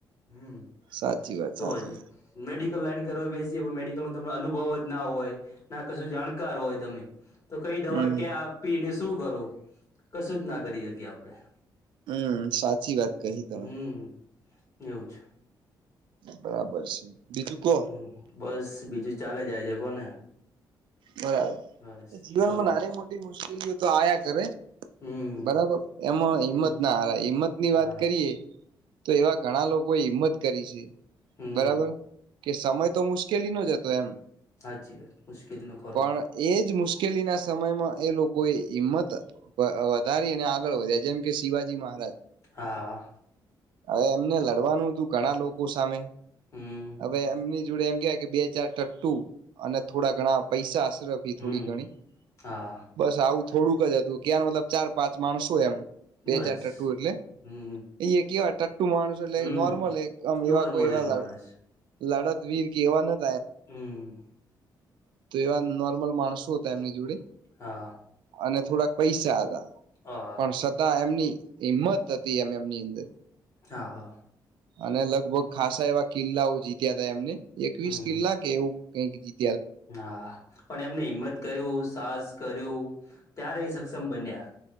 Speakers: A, on the left; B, on the right.
A: હમ
B: સાચી વાત
A: તોજ
B: સાચી વાત
A: મેડિ કલ લાઈન કરવા બેસીએ પણ મેડિકલ નો અનુભવ જ ના હોય ના કશું જાણકાર હોય તમે તો કઈ દવા
B: હમ
A: ક્યાં આપીને શું કરું કશું જ ના કરી શકીએ આપડણે
B: હમ સાચી વાત કહી
A: હમ
B: તમે
A: એવુંજ
B: બરાબર છે બીજું કો
A: હમ બસ બીજું ચાલે જાય છે કોને
B: બરાબર
A: બસ
B: જીવનમાં
A: કોને
B: નાની મોટી મુશ્કેલીઓ તો આયા કરે
A: હમ
B: બરાબર એમાં
A: હમ
B: હિંમત ના હ હિંમત ની
A: હા
B: વાત કરીએ. તો એવા ઘણા લોકોએ હિંમત કરી છે
A: હમ
B: બરાબર કે સમય તો મુશ કેલી જનો હતો એમ.
A: હાચી વા મુશ્કેલ નો ખરો
B: પણ એજ મુશ્કેલીના સમયમાં એ લોકોએ હિંમત વધારી અને આગળ વધ્યા જેમ કે શિવાજી મહારાજ
A: હા.
B: હવે એમને લડવાનું હતું ઘણા લોકો સામે
A: હમ
B: હવે એમની જોડે એમ કવાય કે બે ચાર ટટ્ટુ અને થોડા ઘણા પૈસા થોડી
A: હમ
B: ઘણી
A: હા
B: બસ આવું થોડુંક હતું ક મતલબ ચાર પાંચ માણસો એમ. બે
A: બસ
B: ચાર ટટ્ટુ એટલે
A: હમ
B: એ કિયા અટકતુ માણસો એટલે
A: હમ
B: નોર્મલ એક આમ
A: નોર્મલી
B: એવા કોઈ એવા
A: માણસ.
B: લડત વર કેવા નથ
A: હમ્મ
B: તો એવા નોર્મલ માણસો હતા એમની જોડે
A: હા
B: અને થોડાક પૈસા હતા.
A: હ
B: પણ છતાં એમની હિમત હતી એમ એમની અંદર
A: હા હા.
B: અને લગભગ ખાસા એવા કિલ્લાઓ જીત્યા તા એમને એકવીસ
A: હમ
B: કિલ્લા કે એવું કઈક જીત.
A: હા પણ એમને હિમત કર્યું સાહસ કર્યું. ત્યારે એ સક્ષમ બન્યા